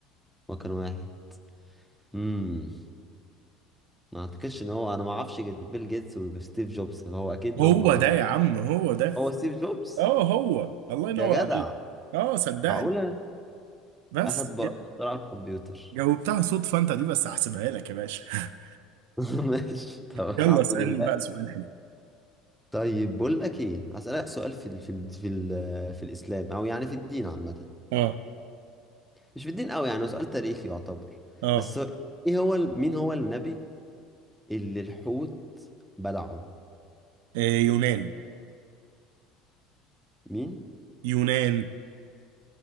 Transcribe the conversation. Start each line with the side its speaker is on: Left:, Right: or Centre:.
Centre: هو كان واحد امم ما اعتقدش ان هو انا ما اعرفش غير بيل جيتس وستيف جوبز فهو اكيد
Right: هو
Centre: ما... ما...
Right: ده يا عم هو ده
Centre: هو ستيف جوبز
Right: اه هو الله ينور
Centre: يا جدع
Right: عليك اه صدقني
Centre: معقولة
Right: بس
Centre: اخد
Right: كده
Centre: براءة اختراع الكمبيوتر
Right: جاوبتها صدفة انت دي بس هحسبها لك يا باشا <laughs>
Centre: <laughs> ماشي طب الحمد
Right: يلا اسألني
Centre: لله
Right: بقى سؤال حلو
Centre: طيب بقول لك ايه هسألك سؤال في ال... في ال... في ال... في الاسلام او يعني في الدين عامة
Right: اه
Centre: مش في الدين قوي يعني هو سؤال تاريخي يعتبر
Right: اه
Centre: بس هو ايه هو ال- مين هو النبي اللي الحوت بلعه
Right: إيه يونان
Centre: مين
Right: يونان